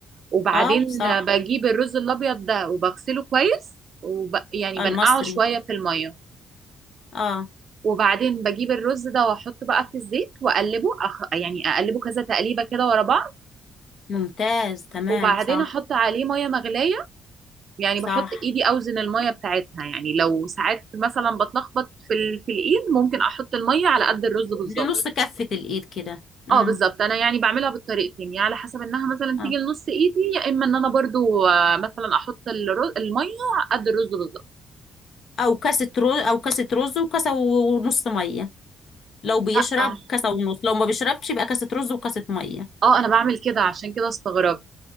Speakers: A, on the right (about 55°); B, on the left (about 55°).
A: وبعدين
B: اه صح
A: بجيب الرز الابيض ده وبغسله كويس وب... يعني
B: المصري
A: بنقعه شويه في الميه
B: اه
A: وبعدين بجيب الرز ده واحطه بقى في الزيت واقلبه أخ... يعني اقلبه كذا تقليبه كده ورا بعض
B: ممتاز تمام
A: وبعدين
B: صح
A: احط عليه ميه مغليه يعني
B: صح
A: بحط ايدي اوزن الميه بتاعتها يعني لو ساعات مثلا بتلخبط في ال... في الايد ممكن احط الميه على قد الرز بالظبط
B: لنص كفه الايد كده امم
A: اه بالظبط انا يعني بعملها بالطريقتين يعني على حسب انها مثلا
B: اه
A: تيجي لنص ايدي يا اما ان انا برضو آه، مثلا احط الرز... الميه على قد الرز بالظبط
B: او كاسه رز او كاسه رز وكاسه ونص ميه لو بيشرب
A: لا اه
B: كاسه ونص لو ما بيشربش يبقى كاسه رز وكاسه ميه
A: آه، انا بعمل كده عشان كده استغربت